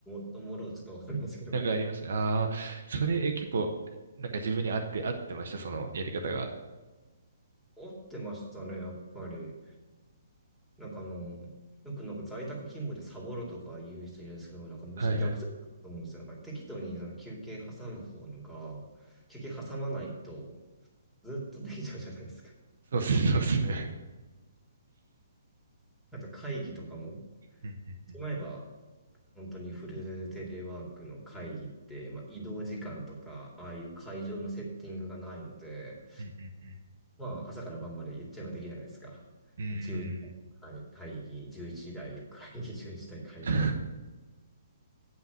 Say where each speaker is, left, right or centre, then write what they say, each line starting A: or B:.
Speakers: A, in the centre; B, on the right.
A: う、ともろちょっとわかるんないですけど。
B: なんかありますね。
A: <laughs>
B: ああ、それ、え、結構、なんか自分に合って、合ってました、そのやり方が。
A: 合ってましたね、やっぱり。なんかあの、よくなんか在宅勤務でサボるとか言う人いるんですけど、なんかむしろ逆だと思うんですよ。
B: はいはい。
A: なんか適度にその休憩挟む方のが、休憩挟まないとずっとできちゃうじゃないですか。
B: そうっす、そうですね。
A: あと会議とかも、
B: うんうんうん
A: しまえば、本当にフルテレワークの会議って、まあ、移動時間とか、ああいう会場のセッティングがないので、
B: うんうんうん
A: まあ、朝から晩まで言っちゃえばできるじゃないですか。
B: うーん。
A: 10時会会議、11時台会議、11時台会議っていうの
B: <laughs> で